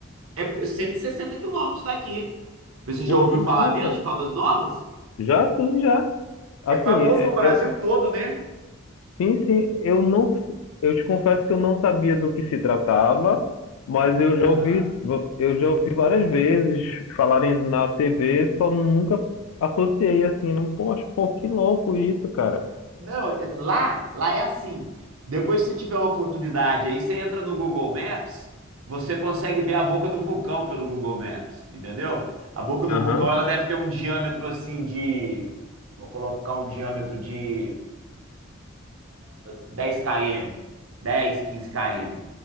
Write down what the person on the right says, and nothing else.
É por 160 quilômetros daqui. Mas você
já ouviu
falar mesmo de Caldas Novas?
É famoso
no Brasil
todo, né?
Aham.
Não, é- lá, lá é assim. Depois, se você tiver uma oportunidade aí, você entra no Google Maps, você consegue ver a boca do vulcão pelo Google Maps, entendeu? A boca do
vulcão, ela deve ter um diâmetro assim de, vou colocar um diâmetro de 10 km, 10, 15 km.